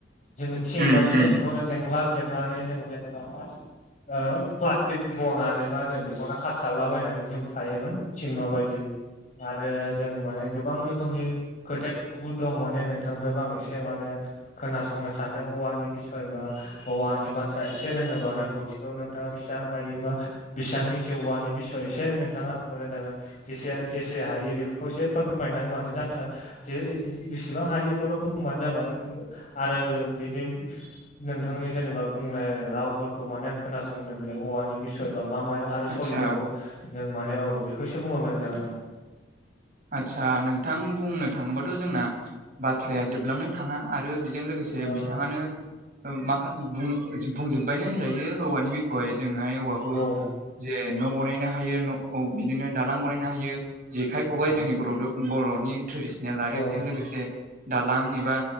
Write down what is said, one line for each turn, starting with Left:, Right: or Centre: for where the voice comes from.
Left: जोङो थिं
Right: उम
Left: बायदि
Right: उम
Left: जों बेखौनो जेंग्ला खेबनानै जों जेनेबा मा ओ प्लास्टिक बनानै बा जों बेखौनो खास्थाबलाबायनानै जों थायोमोन थिं न' बायदि। आरो जों माने गोबां रोखोमनि खोथायाथ' बुहुद दं माने नोंथां ओमफ्रायबो आं एसे माने खोनासंनो सानदों औवानि बिसय बा औवानि बाथ्रा एसे रोङोबा रोंगौथिखौ नों नोंथाङा बेसेबां हायोबा बेसेबां मिथियो औवानि बिस'य एसे नोंथाङा मोजां जागोन। जेसे जेसे हायो बेखौ एसे फोरमायना होबानो जागोन। जे बिसेबां हायो बेखौल' बुंबानो जाबाय आरो बिनि नोंथांनि जेनेबा बुंनाय रावफोरखौ माने आं खोनास स लोगो औवानि बिसयबा मा मायाव आरो
Right: आदसा
Left: सोलिबावो जों माने औ बेखौ एसे बुंबा मोजां जागोन आरो।
Right: आदसा नोंथां बुंनो थाङोबाथ' जोंना बाथ्राया जोबलांनो थाङा आरो बेजों लोगोसे जे
Left: औ
Right: बिथाङानो माखा बुं बुंजोबबायनो होनजायो औवानि बिखय जोंहाय औवाखौ
Left: औ
Right: जे न' बानायनो हायो न' बिदिनो दालां बानायनो हायो जेखाइ खबाइ
Left: औ
Right: जोंनि बर' बर'नि ट्रेडिसनेल आरो
Left: औ
Right: बेजों लोगोसे दालां एबा